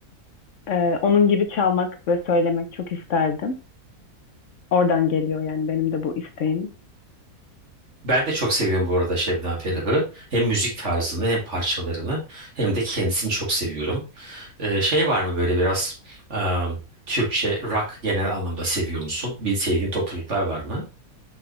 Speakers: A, on the left (about 60°); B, on the right (about 50°).
A: Ee, onun gibi çalmak ve söylemek çok isterdim. Oradan geliyor yani benim de bu isteğim.
B: Ben de çok seviyorum bu arada Şebnem Ferah'ı. Hem müzik tarzını hem parçalarını hem de kendisini çok seviyorum. Ee, şey var mı böyle biraz ıı, Türkçe rock genel anlamda seviyor musun? Bir sevdiğin topluluklar var mı?